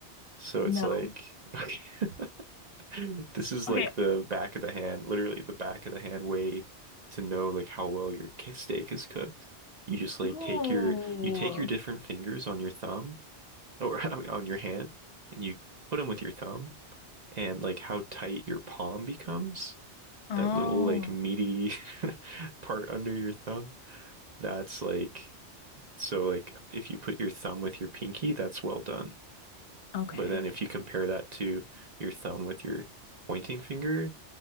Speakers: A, on the right; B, on the left.
A: So
B: No.
A: it's like <laughs> <laughs> This is like
B: Okay.
A: the back of the hand, literally the back of the hand way to know like how well your k- steak is cooked. You just like
B: Oh.
A: take your you take your different fingers on your thumb or <laughs> I mean, on your hand and you put them with your thumb and like how tight your palm becomes,
B: Oh,
A: that little like meaty <laughs> part under your thumb. That's like so like if you put your thumb with your pinky, that's well done.
B: okay.
A: But then if you compare that to your thumb with your pointing finger,